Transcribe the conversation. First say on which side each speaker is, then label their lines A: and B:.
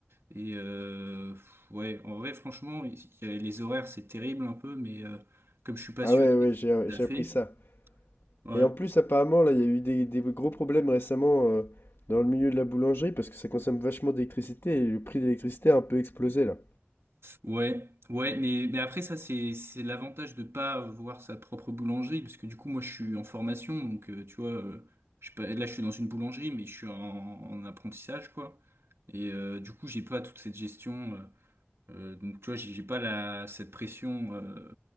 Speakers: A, on the right; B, on the left.
A: Et euh, ouais, en vrai, franchement, il y a- les horaires, c'est terrible un peu, mais euh, comme je suis passionné,
B: Ah ouais ouais j'ai,
A: ça
B: j'ai
A: le fait.
B: appris ça.
A: Ouais,
B: Et en plus apparemment là il y a eu des, des gros problèmes récemment euh, dans le milieu de la boulangerie parce que ça consomme vachement d'électricité et le prix de l'électricité a un peu explosé là.
A: ouais, ouais, mais, mais après, ça, c'est, c'est l'avantage de pas voir sa propre boulangerie, parce que du coup, moi, je suis en formation, donc euh, tu vois, euh, je, suis pas- là, je suis dans une boulangerie, mais je suis en, en apprentissage, quoi. Et euh, du coup, j'ai pas toute cette gestion, euh, euh, donc tu vois, j'ai j'ai pas la, cette pression, euh,